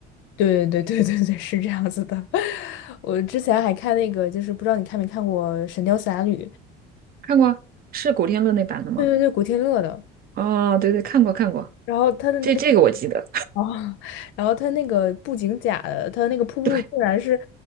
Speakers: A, on the left (about 75°); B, on the right (about 50°).
A: 对对对对对，对，是这样子的。<laughs> 我之前还看那个，就是不知道你看没看过《神雕侠侣》，
B: 看过啊是古天乐那版的吗？
A: 对对对，古天乐的。
B: 哦，对对，看过看过，
A: 然后他的那个
B: 这这个我记得，
A: 哦，<laughs> 然后他那个布景假的，他那个瀑布竟然是
B: <laughs> 对，